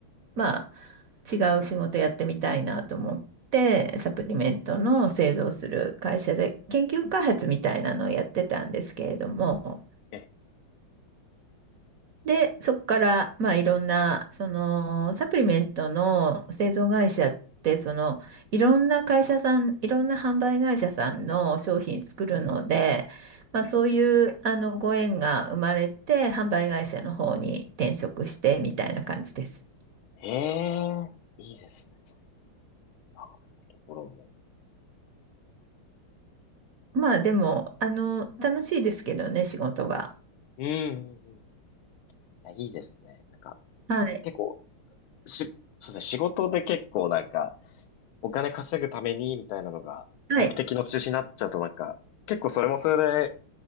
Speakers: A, on the right (about 70°); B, on the left (about 80°).
A: まあ、違う仕事やってみたいなと思って、サプリメントの製造する会社で研究開発みたいなのをやってたんですけれども、
B: え、
A: で、そこから、まあ、いろんな、その、サプリメントの製造会社って、その、いろんな会社さん、いろんな販売会社さんの商品作るので、まあ、
B: え
A: そういう、あの、ご縁が生まれて、販売会社の方に転職して、みたいな感じです。
B: え、ええいいですね、そう、流れのところも。
A: まあ、でも、あの、楽しいですけどね、仕事は。
B: うんうんうん、いやいいですね。なんか、
A: はい。
B: 結構、し、そうですね、仕事で結構なんか、お金稼ぐために、みたいなのが、
A: はい。
B: 目的の中心になっちゃうとなんか、結構それもそれで、